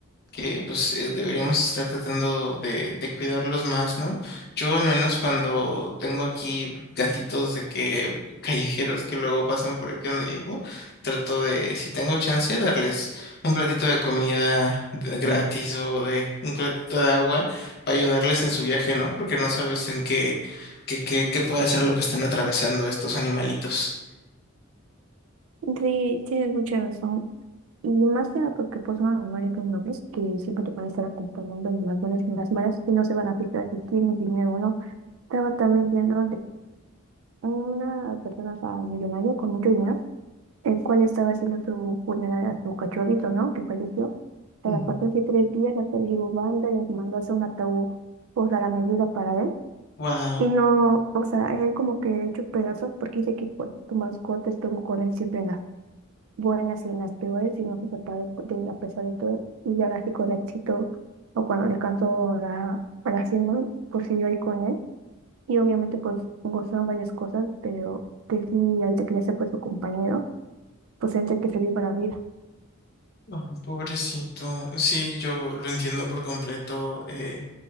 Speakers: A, on the left (about 50°); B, on the right (about 85°).
A: que pues eh, deberíamos estar tratando de, de cuidarlos más, ¿no? Yo al menos cuando tengo aquí gatitos de que callejeros que luego pasan por aquí donde vivo, trato de, si tengo chance, darles un platito de comida de- gratis o de un platito de agua para ayudarles en su viaje, ¿no? Porque no sabes en qué, qué, qué, qué puede ser lo que están atravesando estos animalitos.
B: Sí, tienes mucha razón. Y más que nada porque pues son animales muy nobles que siempre te van a estar acompañando en las buenas y en las malas y no se van a fijar si tienes dinero o no. Estaba también viendo una persona, o sea, millonaria con mucho dinero, el cual estaba haciendo su funeral a su cachorrito, ¿no? Que falleció. Se
A: Mm.
B: la pasó así tres días, hasta el llevó banda y les mandó a hacer un ataúd, o sea, la medida para él.
A: Wow.
B: Y no, o sea, él como que hecho pedazos porque dice que pues tu mascota estuvo con él siempre en las buenas y en las peores y no se separó de él a pesar de todo. Y ya así con éxito, o cuando le alcanzó la, a la cima, pues siguió ahí con él. Y obviamente pues gozaron varias cosas, pero que sí, ahorita que ya se fue su compañero, pues tendría que salir para la vida.
A: Ay, pobrecito. Sí, yo lo entiendo por completo. eh,